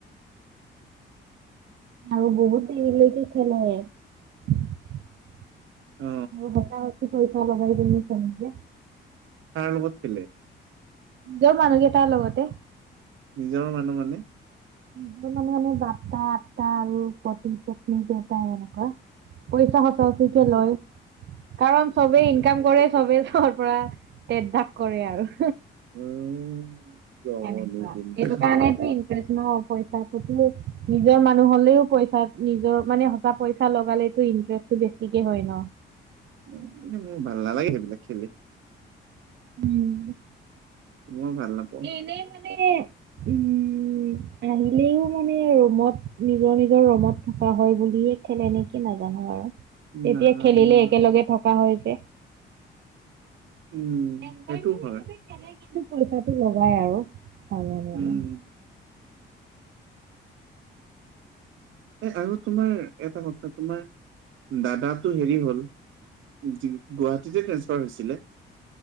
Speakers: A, on the right; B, on the right.
A: আৰু বহুত দেৰিলৈকে খেলে আৰু
B: অ
A: সচাঁ সেই পইচা লগাই কেনি খেলে যে
B: কাৰ লগত খেলে
A: নিজৰ মানুহ কেইতাৰ লগতে
B: নিজৰ মানুহ মানে
A: <unintelligible> মানুহ আমি <unintelligible> আৰু পতি পত্নী দেউতা এনেকুৱা পইচা সচাঁ সচি কে লয় কাৰণ চবেই ইনকাম কৰে চবেই চবৰ পৰা তেত ভাগ কৰে আৰু
B: উম জমনি
A: এনেকুৱা
B: কিন্তু
A: এইটো কাৰণেটো ইন টেট ন পইচা প্ৰতি নিজৰ মানুহ হ'লেও পইচা নিজৰ মানে বা পইচা লগালেটো ইনতেৰেষ্টটো বেছিকে হয় ন
B: উম মোৰ ভাল নালাগে সেইবিলাক খেলি
A: উম
B: মই ভাল নাপাওঁ
A: এ এনেই মানে উম উম আহিলেও মানে ৰুমত নিজৰ নিজৰ ৰুমত থকা হয় বুলিয়ে খেলে নেকি নাজানো আৰু তেতিয়া
B: না
A: খেলিলে
B: না।
A: একেলগে থকা হয় যে
B: উম
A: অনভাইমেন
B: সেইটো হয়
A: হিচাপে কেনেকে নো পইচাটো লগাই আৰু নাজানো
B: উম
A: আৰু
B: এই আৰু তোমাৰ এটা কথা তোমাৰ দাদাটো হেৰি হ'ল যি গুৱাহাটীতে ট্ৰেন্সফাৰ হৈছিলে